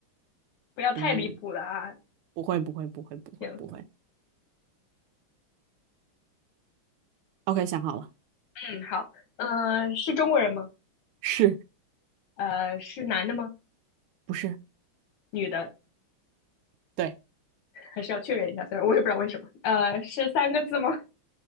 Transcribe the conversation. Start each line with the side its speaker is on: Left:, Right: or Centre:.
Left: 不要太离谱了啊。
Right: 嗯，不会不会不会不会不会。
Left: 行，
Right: OK，想好了，
Left: 嗯，好，嗯、呃是中国人吗？
Right: 是
Left: 呃，是男的吗？
Right: 不是？
Left: 女的？
Right: 对，
Left: 还是要确认一下，虽然我也不知道为什么。呃，是三个字吗？